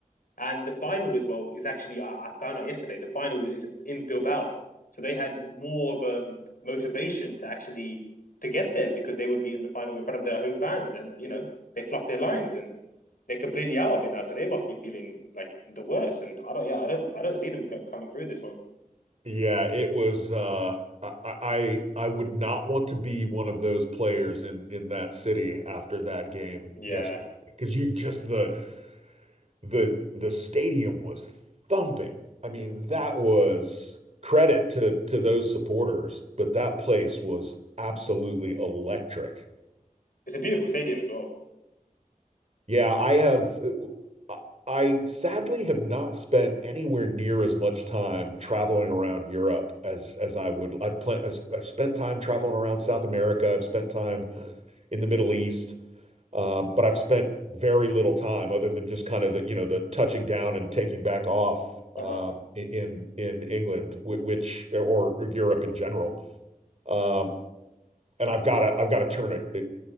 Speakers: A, on the left; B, on the right.
A: And the final as well is actually I, I found out yesterday the final is in Bilbao, so they had more of um motivation to actually to get there because they would be in the final in front of their home fans, and you know they fluffed their lines and they're completely out of it now, so they must be feeling like the worst. And I don't, yeah, I don't, I don't see them co- coming through this one.
B: Yeah, it was. Uh, I, I I would not want to be one of those players in in that city after that game
A: Yeah,
B: yesterday because you just the the the stadium was thumping. I mean, that was credit to to those supporters, but that place was absolutely electric.
A: it's a beautiful stadium as well.
B: Yeah, I have uh, I sadly have not spent anywhere near as much time traveling around Europe as as I would. I've planned. I've spent time traveling around South America. I've spent time in the Middle East. Uh, But I've spent very little time other than just kind of the, you know, the touching down and taking back off
A: Uh
B: um,
A: huh.
B: in in England, which or or Europe in general. Um, And I've gotta I've got to turn it. it